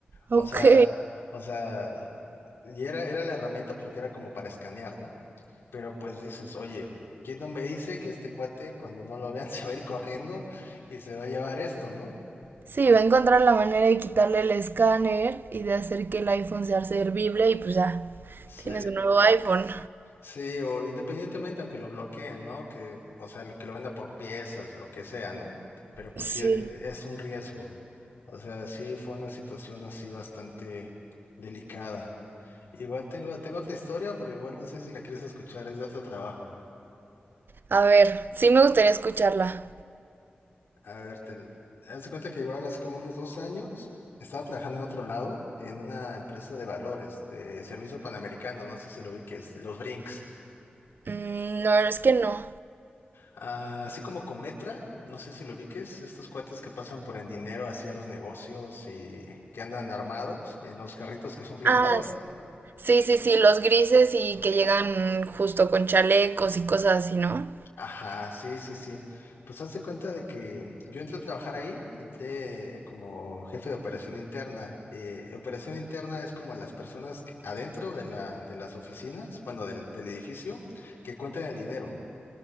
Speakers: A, on the right; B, on the left.
A: ok.
B: O sea, o sea, y era, era la herramienta porque era como para escanear, ¿no? Pero pues dices, oye, ¿quién no me dice que este cuate, cuando no lo vean, <laughs> se va a ir corriendo y se va a llevar esto, ¿no?
A: Sí,
B: O-
A: va a encontrar la manera de quitarle el escáner y de hacer que el iPhone sea servible y pues ya,
B: Sí.
A: Tienes un nuevo iPhone.
B: Sí, o independientemente, aunque lo bloqueen, ¿no? Que, o sea, que lo venda por piezas, lo que sea, ¿no? Pero pues
A: sí.
B: sí, e- e, es un riesgo. O sea, sí fue una situación así bastante delicada. Igual tengo, tengo otra historia, pero igual no sé si la quieres escuchar, es de otro trabajo.
A: A ver, sí me gustaría escucharla.
B: A ver, te, haz de cuenta que igual hace como unos dos años estaba trabajando en otro lado, en una empresa de valores, de servicio panamericano, no sé si lo vi, que es los Brinks.
A: Mm, no, es que no.
B: Ah, así como Cometra, no sé si lo ubiques, estos cuates que pasan por el dinero hacia los negocios y que andan armados en los carritos que son blindados.
A: Ah, Sí, sí, sí, los grises y que llegan justo con chalecos y cosas así, ¿no?
B: Ajá, sí, sí, sí. Pues haz de cuenta de que yo entré a trabajar ahí, entré como jefe de operación interna. Eh, operación interna es como las personas que- adentro de la, de las oficinas, bueno, del, del edificio, que cuentan el dinero.